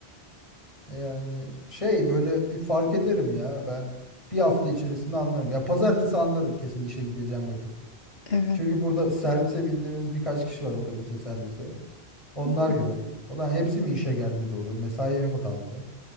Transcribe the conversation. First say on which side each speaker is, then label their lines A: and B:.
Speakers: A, on the left; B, on the left.
A: Yani şey böyle bir fark ederim ya ben bir hafta içerisinde anlarım. Ya pazartesi anlarım kesin işe gideceğim vakit.
B: Evet.
A: Çünkü burada servise bindiğimiz birkaç kişi var otobüse servise. Onlar
B: <laughs> Hı hı.
A: yok. Olan hepsi mi işe gelmedi oğlum? Mesaiye mi kaldı?